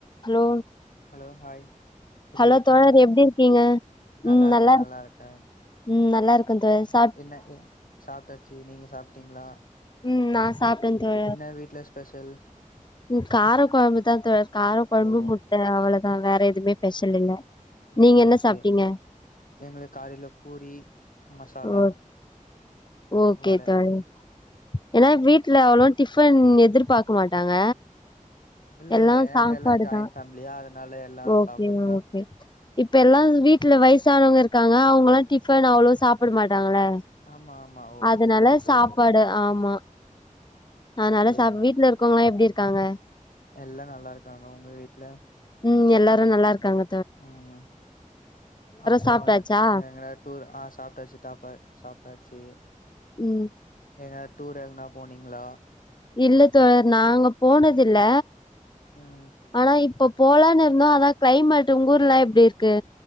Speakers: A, on the left (about 35°); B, on the left (about 80°).
A: Hello
B: hello hi எப்டி
A: hello
B: இருக்கீங்க
A: தோழர் எப்டி இருக்கீங்க
B: நல்லா
A: ம்
B: இருக்கே
A: நல்லாரு
B: நல்லா இருக்கே
A: ம் நல்லாருக்கன் தஸ்
B: என்ன ஏ சாப்ட்டாச்சு நீங்க சாப்ட்டீங்ளா
A: ம் நாஸ் சாப்ட்டே தோழர்
B: என்ன வீட்ல ஸ்பெஷல்
A: ம் கார கொழம்பு தா தோழர் கார கொழம்பு
B: ஓ
A: முட்ட அவ்ளதா வேற எதுமே பெஷல் இல்ல
B: ஆகே
A: நீங்க என்ன
B: ஓகே
A: சாப்ட்டீங்க
B: எங்களு காலைல பூரி மசாலா
A: ஓ ஓகே
B: வட
A: தோழ் ஏன்னா வீட்ல அவ்ளவா டிஃபன் எதிர்பாக்கு மாட்டாங்க
B: இல்ல
A: எல்லா சாப்பாடு
B: நாங்க எல்லா ஜாயிண்ட்
A: தா
B: ஃபேமிலியா அதனால எல்லா
A: ஓகே
B: சாப்புட்றதா
A: மேம் ஓகே இப் ப்பெல்லா இது வீட்ல வயசானவங்க இருக்காங்க அவ்ங்கல்லா டிஃபன் அவ்ளவா சாப்புட மாட்டாங்கள
B: ஆமா ஆமா ஓ
A: அதனால
B: புரியுது புரியுது
A: சாப்பாடு ஆமா அனால
B: சேரிங்க
A: சாப் வீட்ல இருக்கவங்ளா எப்டி இருக்காங்க
B: எல்லா நல்லாருக்காங்க உங்க வீட்ல
A: ம் எல்லாரு நல்லார்க்காங்க
B: ம்ம் அப்றோ
A: சாப்ட்டாச்சா
B: அ எங்க ராட் டூர் ஆ சாப்ட்டாச்சி டாப்ப சாப்ட்டாச்சி
A: ம்
B: எங்க டூர் எதுனா போனீங்ளா
A: இல்ல தோழர் நாங்க போனதில்ல
B: ம்
A: ஆனா இப்போ போலான்னு இருந்தோ அதா க்ளைமேட்டு உங்க ஊர்லா எப்டி இருக்கு